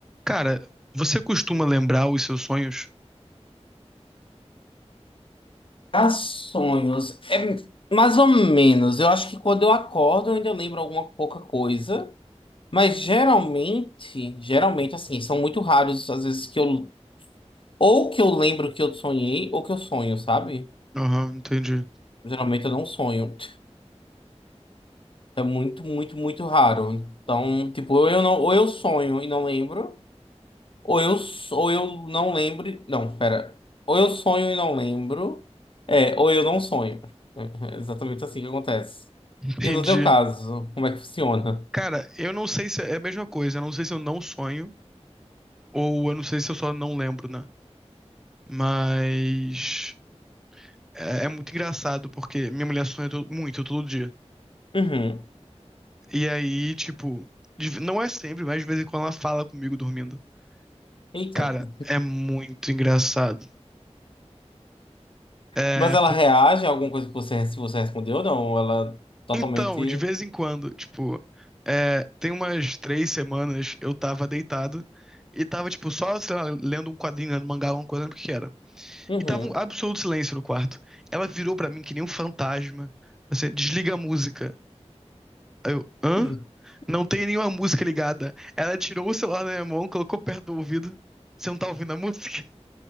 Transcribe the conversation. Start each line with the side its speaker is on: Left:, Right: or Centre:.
Centre: Cara, você costuma lembrar os seus sonhos?
Left: Ah, sonhos. É mais ou menos. Eu acho que quando eu acordo, eu ainda lembro alguma pouca coisa. Mas geralmente, geralmente, assim, são muito raros às vezes que eu. Ou que eu lembro que eu sonhei, ou que eu sonho, sabe?
Centre: Aham, entendi.
Left: Geralmente eu não sonho. É muito, muito, muito raro. Então, tipo, ou eu não, ou eu sonho e não lembro. Ou eu, s- ou eu não lembro. e- Não, pera. Ou eu sonho e não lembro. É, ou eu não sonho. É é exatamente assim que acontece.
Centre: Entendi.
Left: E no teu caso, como é que funciona?
Centre: Cara, eu não sei se é a mesma coisa. Eu não sei se eu não sonho ou eu não sei se eu só não lembro, né? Mas é, é muito engraçado porque minha mulher sonha to- muito todo dia.
Left: Uhum.
Centre: E aí, tipo, de ve- não é sempre, mas de vez em quando ela fala comigo dormindo.
Left: Eita.
Centre: Cara,
Left: <laughs>
Centre: é muito engraçado. É
Left: Mas ela reage a alguma coisa que você, se você respondeu ou não? Ela totalmente.
Centre: Então, de vez em quando, tipo, é, tem umas três semanas eu tava deitado e tava, tipo, só, sei lá, lendo um quadrinho, lendo mangá, alguma coisa, não lembro o que que era.
Left: Uhum.
Centre: E tava um absoluto silêncio no quarto. Ela virou pra mim que nem um fantasma. Assim, desliga a música. Aí eu, hã?
Left: <laughs>
Centre: Não tem nenhuma música ligada. Ela tirou o celular da minha mão, colocou perto do ouvido. Você não tá ouvindo a música? <laughs>